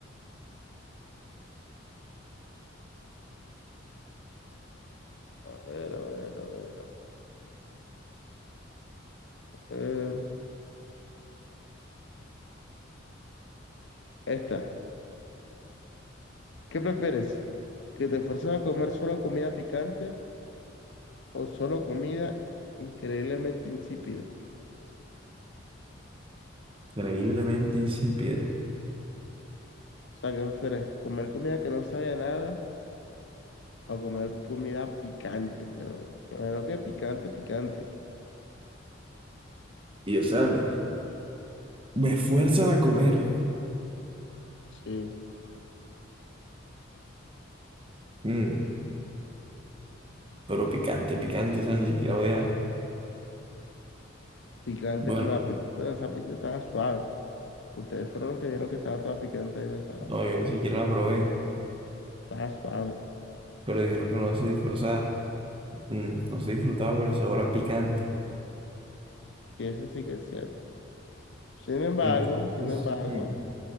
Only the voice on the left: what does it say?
A ver, a ver, a ver, a ver. Esta. ¿Qué prefieres? ¿Que te fuerces a comer solo comida picante o solo comida increíblemente insípida?
O sea, ¿qué prefieres? ¿Comer comida que no sabe a nada o comer comida picante? Pero me imagino que picante, picante.
Sí,
picante
como la... pic- Bueno, esa pizza estaba suave. Ustedes fueron los que vieron que estaba toda picante y estaba
suave.
Está suave.
Y eso sí que es cierto. Sin embargo,
sin embargo,